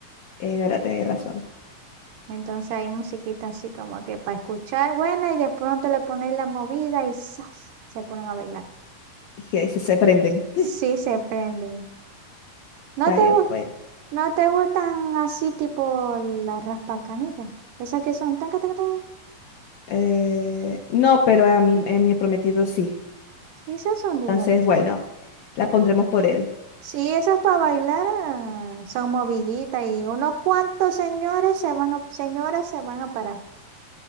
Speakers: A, on the left; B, on the right.
A: Es verdad, tenés razón.
B: Entonces hay musiquita así como que para escuchar buena y de pronto le ponéis la movida y ¡zas! se ponen a bailar.
A: Y que se, se prenden.
B: Sí se prenden.
A: <laughs>
B: ¿No
A: Está
B: te
A: bien,
B: gus-
A: pues.
B: no te gustan así tipo las raspacanillas? Esas que son tan, tan, tan, tan.
A: Eh, no, pero a mi, a mi prometido sí.
B: Esas son divertidas.
A: Entonces, bueno, la pondremos por él.
B: Sí, esas para bailar ah, son moviditas y unos cuantos señores se van a, señoras se van a parar